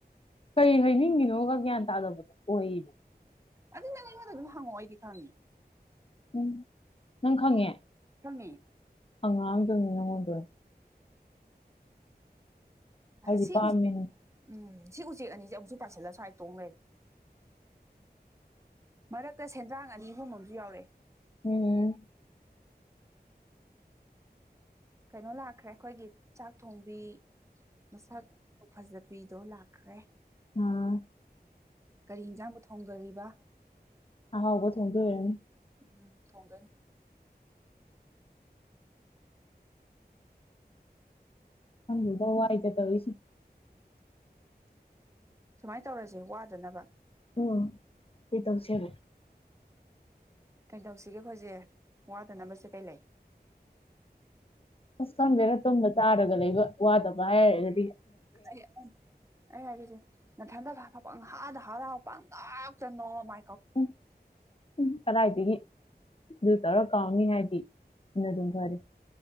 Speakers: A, on the left; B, on the right.
A: ꯀꯔꯤ ꯍꯥꯏꯅꯤꯡꯉꯤꯅꯣꯒ ꯒ꯭ꯌꯥꯟ ꯇꯥꯗꯕꯗꯣ ꯑꯣꯏꯕ
B: ꯑꯗꯨ ꯅꯪ ꯑꯩꯉꯣꯟꯗ ꯑꯗꯨꯝ ꯍꯪꯉꯛꯑꯣ ꯑꯩꯗꯤ ꯈꯪꯉꯦ
A: ꯎꯝ ꯅꯪ ꯈꯪꯉꯦ
B: ꯈꯉꯦ
A: ꯉꯗꯅꯤꯅꯉꯣꯦ ꯍꯥꯏꯗꯤ
B: ꯁꯤ
A: ꯄꯥꯝꯃꯤꯅꯤ
B: ꯎꯆ ꯎꯝ ꯁꯤ ꯎꯆꯦꯛ ꯑꯅꯤꯁꯦ ꯑꯃꯨꯛꯁꯨ ꯄꯥꯏꯁꯤꯜꯂ ꯁ꯭ꯋꯥꯏ ꯇꯣꯡꯉꯔꯦ ꯃꯔꯛꯇ ꯁꯦꯟꯗ꯭ꯔꯥꯡ ꯑꯅꯤ ꯑꯍꯨꯝ ꯑꯃꯁꯝꯨ ꯌꯥꯎꯔꯛꯑꯦ
A: ꯎꯝ
B: ꯀꯩꯅꯣ ꯂꯥꯛꯈ꯭ꯔꯦ ꯑꯩꯈꯣꯏꯒꯤ ꯆꯥꯛ ꯊꯣꯡꯕꯤ ꯃꯁꯛ ꯐꯖꯕ ꯐꯤꯗꯣ ꯂꯥꯛꯈ꯭ꯔꯦ
A: ꯑꯥ
B: ꯀꯔꯤ ꯌꯦꯟꯁꯥꯡꯕꯨ ꯊꯣꯡꯗꯔꯤꯕ
A: ꯑꯣꯕ ꯊꯣꯡꯒꯅꯤ
B: ꯎꯝ ꯊꯣꯡꯗꯣꯏꯅꯤ
A: ꯍꯪꯗ ꯍꯥꯏꯥꯏꯇꯦ ꯇꯧꯣ ꯏꯁ
B: ꯁꯨꯃꯥꯏꯅ ꯇꯧꯔꯁꯦ ꯋꯥꯗꯅꯕ
A: ꯎꯝ ꯀ ꯇꯧꯁꯕ
B: ꯀꯩꯗꯧꯁꯤꯒꯦ ꯑꯩꯈꯣꯏꯁꯦ ꯋꯥꯗꯅꯕꯁꯦ ꯀꯩ ꯂꯩ
A: ꯑꯁ ꯈꯪꯗꯦꯅ ꯇꯨꯝꯕ ꯇꯥꯔꯒ ꯂꯩꯕ ꯋꯥꯗꯕ ꯍꯥꯏꯔ
B: ꯂꯦꯦ ꯅ ꯊꯟꯗ ꯄ ꯍꯥꯗ ꯍꯥꯔ ꯍꯄ ꯉꯥꯛꯇꯅꯣ ꯃ
A: ꯎꯝ ꯎꯝ ꯆꯅꯥ ꯍꯥꯏꯇꯒꯦ ꯑꯗꯨ ꯇꯧꯔ ꯀꯥꯎꯅꯤ ꯍꯥꯏꯗꯤꯅ ꯑꯗꯨꯝ ꯐꯔꯦ